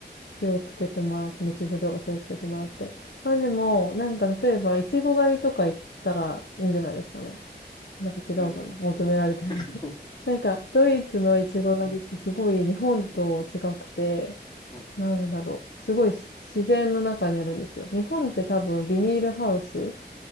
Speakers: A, on the left; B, on the left.
A: 気をつけてもらって、熱中症とか気をつけてもらって。まあでも、
B: はい。
A: なんか例えば、いちご狩りとか行ったらいいんじゃないですかね。なんか違うかな、
B: えー
A: 求められてるの。
B: <laughs>
A: <laughs> なんか、ドイツのいちご狩りってすごい日本と違くて、
B: うん、
A: なんだろう、すごいし自然の中にあるんですよ。日本って多分ビニールハウス